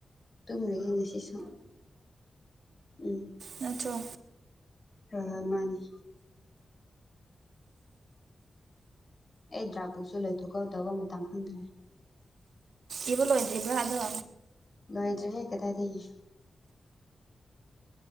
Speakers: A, on the left; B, on the right.
A: ꯇꯨꯝꯈ꯭ꯔꯒꯤ ꯉꯁꯤꯁꯨ ꯎꯝ
B: ꯅꯠꯇ꯭ꯔꯣ
A: ꯍꯣꯏ ꯃꯥꯅꯤ ꯑꯩ ꯗ꯭ꯔꯥꯄꯨꯁꯨ ꯂꯩꯊꯣꯛꯀꯗꯧꯕ ꯃꯇꯝ ꯈꯪꯗ꯭ꯔꯦ
B: ꯏꯕ ꯂꯣꯏꯗ꯭ꯔꯤꯕ꯭ꯔꯥ ꯕꯣ
A: ꯂꯣꯏꯗ꯭ꯔꯤ ꯍꯦ ꯀꯗꯥꯏꯗꯒꯤ